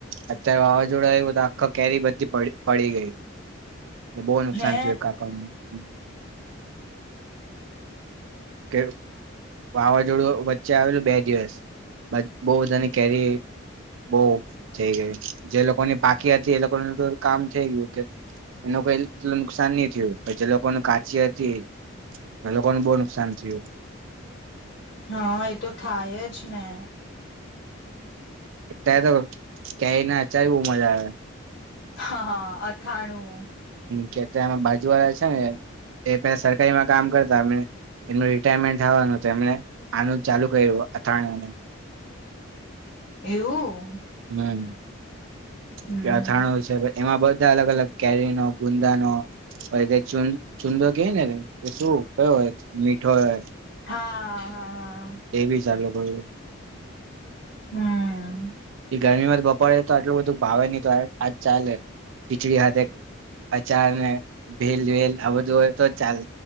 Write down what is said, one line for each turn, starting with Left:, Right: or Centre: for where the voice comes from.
Right: અત્યારે વાવાઝોડા આવ્યું તો, આખા કેરી બધી પડી ગઈ. બહુ નુકસાન
Left: હે
Right: થયું, એ કાકા નું. કે વાવાઝોડું વચ્ચે આવેલું બે દિવસ, બો બધાની કેરી બહ થઈ ગઈ. જે લોકોની પાકી હતી, એ લોકોનું કામ થઈ ગયું કે એનું કોઈ નુકસાન ની થયું, પર જે લોકોને કાચી હતી એ લોકોને બો નુકસાન થયું.
Left: હા, એ તો થાયજ ને.
Right: અત્યારે તો કેરી ના અચાર ભી બો મજા આવે.
Left: હા, હા, અથાણું.
Right: કે અત્યારે એમાં બાજુ વાળા છે ને એ પે સરકારીમાં કામ કરતા, અમને એમનું રિટાયરમેન્ટ થવાનું એમને આનું ચાલુ કર્યું અથાણા નું.
Left: એવું.
Right: <unintelligible>
Left: હમ
Right: અથાણો છે એમાં બધ બધા અલગ અલગ કેરી નો ગુંદા નો પછ ચ ચુંદો કે ને શું કયો હોય મીઠો હોય
Left: હા હા હા
Right: એવી જાગુ કર
Left: હમ
Right: ગરમીમાં જ બપોડે તો આટલું બધું ભાવે નહ તો આજ ચાલે ખીચડી હાથે અચાર ને ભેલ વેલ આ બધું હોય તો ચાલે